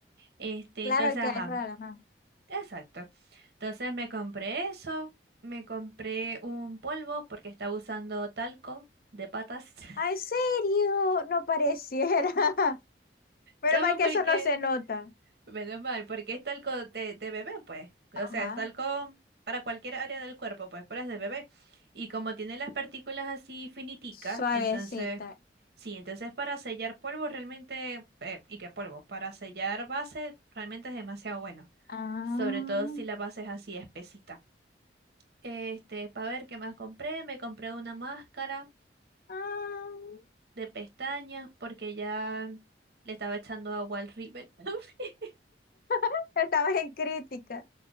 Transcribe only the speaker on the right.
Este,
entonces,
ajá,
exacto. Entonces me compré eso, me compré un polvo porque estaba usando talco de patas. <laughs>
Chava,
porque
Menos mal, porque es talco de, de bebé, pues. O
sea, es talco para cualquier área del cuerpo, pues, pero es de bebé. Y como tiene las partículas así finiticas,
entonces, sí, entonces para sellar polvo realmente, eh, ¿y qué polvo? Para sellar base realmente es demasiado bueno.
Sobre todo si la base es así espesita. Este, para ver qué más compré, me compré una máscara
de pestañas porque ya le estaba echando agua al rímel. <laughs>